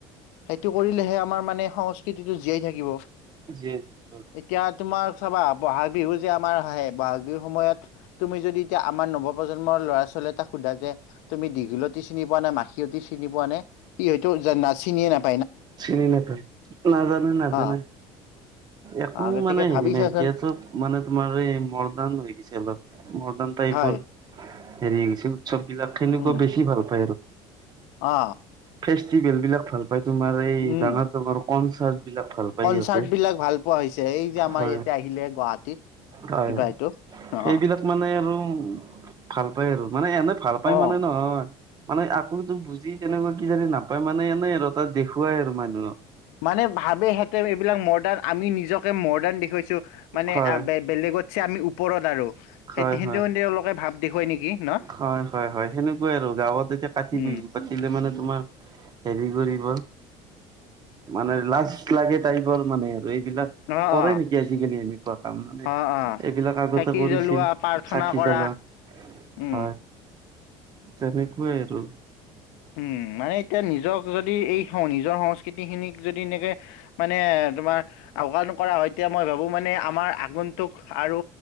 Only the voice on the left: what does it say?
সেইটো কৰিলেহে আমাৰ মানে সংস্কৃতিটো জীয়াই থাকিব।
এতিয়া তোমাৰ চাবা বহাগ বিহু যে আমাৰ আহে বহাগ বিহুৰ সময়ত তুমি যদি এতিয়া আমাৰ নৱ। প্ৰজন্মৰ ল'ৰা ছোৱালীয়ে তাক সোধা যে তুমি দীঘলতি চিনি পোৱা নাই মাখিয়তি চিনি পোৱা নে? সি হয়তো যে চিনিয়ে নেপায়।
হা
গতিকে
ভাবি
চাচোন
হয়
উম
অ
উম
কনচাৰ্ট
বিলাক ভাল পোৱা হৈছে এই যে আমাৰ
ইয়াতে আহিলে গুৱাহাটীতত।
কিবা
এইটো অ
অ
মানে ভাবেহেঁতে এইবিলাক মডাৰ্ণ আমি নিজকে মডাৰ্ণ দেখুৱাইছো মানে
বেলেগতত। চে আমি ওপৰত আৰু
সেই
সেই তেওঁলোকে ভাৱ দেখুৱাই নেকি ন?
উম
অ অ
অ অ
চাকি
জ্বলোৱা
প্ৰাৰ্থনা
কৰা
উম
উম মানে এতিয়া নিজক যদি এই নিজৰ সংস্কৃতি খিনিক যদি এনেকে! মানে তোমাৰ আউকান কৰা হয় এতিয়া মই ভাবো মানে আমাৰ আগন্তন্তুক আৰু!